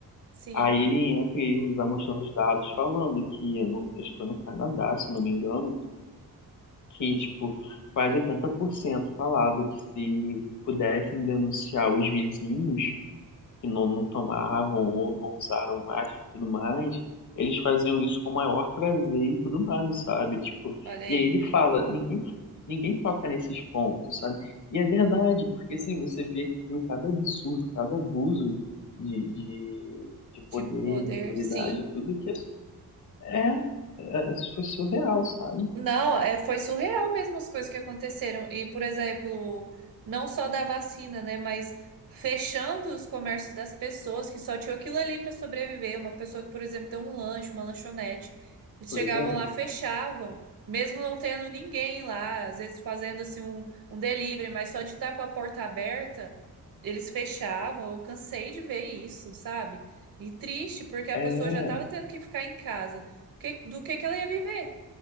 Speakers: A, on the right; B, on the left.
A: Sim.
B: Aí ele entra e vai mostrando os dados falando que, no, acho que foi no Canadá, se eu não me engano, que, tipo, quase 80% falava que se pudessem denunciar os vizinhos, que não, não tomavam ou não usaram mais e tudo mais, eles faziam isso com o maior prazer e tudo mais, sabe? Tipo,
A: Olha aí.
B: e aí ele fala, ninguém, ninguém toca nesses pontos, sabe? E é verdade, porque assim, você via, viu cada absurdo, cada abuso de, de, de
A: De
B: poder,
A: poder.
B: de autoridade,
A: Sim.
B: tudo que é, é, é, foi surreal, sabe?
A: Não, é, foi surreal mesmo as coisas que aconteceram. E, por exemplo, não só da vacina, né, mas fechando os comércios das pessoas que só tinham aquilo ali para sobreviver. Uma pessoa que, por exemplo, tem um lanche, uma lanchonete. Eles
B: Pois
A: chegavam
B: é.
A: lá, fechavam, mesmo não tendo ninguém lá, às vezes fazendo assim um, um delivery, mas só de estar com a porta aberta, eles fechavam. Eu cansei de ver isso, sabe? E triste, porque a
B: É,
A: pessoa já estava tendo que ficar em casa. Que- do que que ela ia viver?